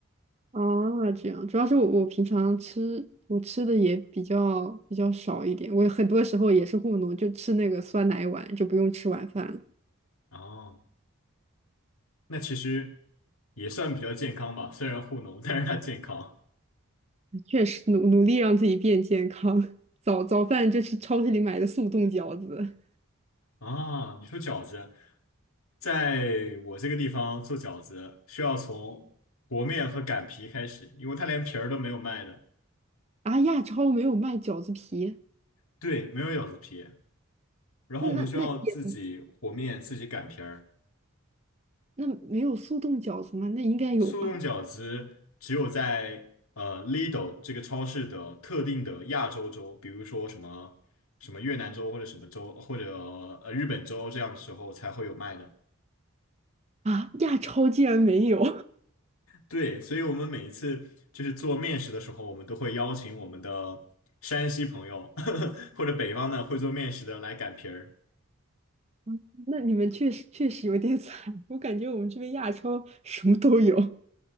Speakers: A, on the right; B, on the left.
A: 啊，这样，主要是我我平常吃我吃的也比较比较少一点，我很多时候也是糊弄，就吃那个酸奶碗，就不用吃晚饭了。
B: 哦。那其实也算比较健康吧，虽然糊弄，<laughs> 但是它健康
A: 确实努努力让自己变健康，<laughs> 早早饭就是超市里买的速冻饺子。
B: 啊。你说饺子，在我这个地方做饺子需要从和面和擀皮开始，因为它连皮儿都没有卖的，
A: 啊，亚超没有卖饺子皮，
B: 对，没有饺子皮。然后我们需要自己和面，
A: 那那那也
B: 自己擀皮儿。
A: 那没有速冻饺子吗？那应该有吧。
B: 速冻饺子只有在呃 Lidl 这个超市的特定的亚洲州，比如说什么什么越南州或者什么州或者呃日本州这样的时候才会有卖的。
A: 啊，亚超竟然没有，
B: 对，所以我们每一次就是做面食的时候，我们都会邀请我们的山西朋友 <laughs> 或者北方的会做面食的来擀皮儿。
A: <laughs> 那你们确实确实有点 <laughs> 惨。我感觉我们这边亚超什么都有。